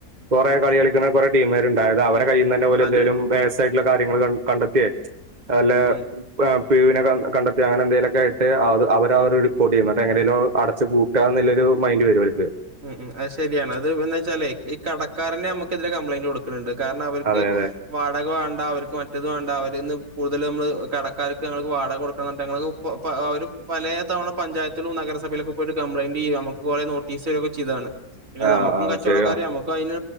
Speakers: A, on the right (about 30°); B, on the right (about 55°).
A: കുറെേ കളി കളിക്കുന്ന കുറേ ടീംമാരുണ്ട് അതായ അവടെ
B: ഉം
A: കയ്യിൽന്ന് തന്നെ പോലെ എന്തെലും
B: അത്
A: പേസയിട്ടുള്ള കാര്യങ്ങൾ കണ്ടെത്തിയേ നല്ല
B: ഉം ഉം
A: പി്യുവിനെ കണ്ടെത്തി അങ്ങനെ എന്തെങ്കിലൊക്കെ ഇട്ട് അവര് റിപ്പോർട്ട് ചെയ്യുന്നത് അ എങ്ങനെങ്കിലും അടച് പൂട്ട എന്നുള്ളൊരു മൈന്ഡ് വരോൽക്ക്
B: ഉംം അത് ശരിയാണ് അത് എ വെച്ചാലേ ഈ കടക്കാരനെ നമ്മുക്കതിരെ കംപ്ലയിന്റ് കൊടുക്കും ണ്ട് കാരണം അവർക്ക്
A: അതെ അതെ
B: വാടക വേണ്ട അവർക്ക് മറ്റത് വേണ്ട അവരിന്ന് കൂടുതലും നമ്മള് കടക്കാർക്ക് ഞങ്ങൾക്ക് വാടക കൊടുക്കണം എന്നിട്ട് ഞങൾ അവര് പലേ തവണ പഞ്ചായത്തിലും നഗര സഭയിലൊക്കെ പോയിട്ട് കപ്ലയിന്റ് ചെയ്യ നമ്മക്ക് കുറെ നോട്ടീസ് താണ് പിന്നെ
A: ആ
B: നമുക്കും
A: ആ
B: കച്ചവടക്കാരെ
A: ശരിയാ
B: നമുക്കും അയിന്